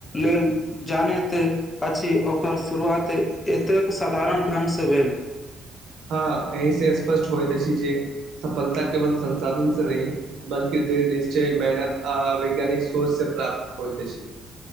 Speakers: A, on the left; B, on the right.
A: लेल जानैत अछि ओकर शुरुआत। एतेक साधारण ढंग से भेल।
B: हँ एहि से स्पष्ट होइत अछि जे सफलता केवल संसाधन से नहि बल्कि। दृढ़ निश्चय, मेहनत आ वैज्ञानिक सोच से प्राप्त होइत अछी।